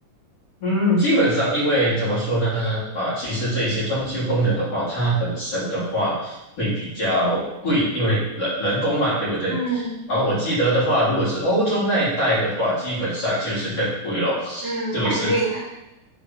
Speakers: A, on the left; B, on the right.
A: 嗯，基本上因为怎么说呢，啊，其实这一些装修工人的话，它本身的话会比较贵，因为人人工嘛，对不对？
B: 嗯
A: 然后我记得的话，如果是欧洲那一带的话，基本上就是更贵咯，
B: 嗯，
A: <laughs> 是不是？
B: 肯定。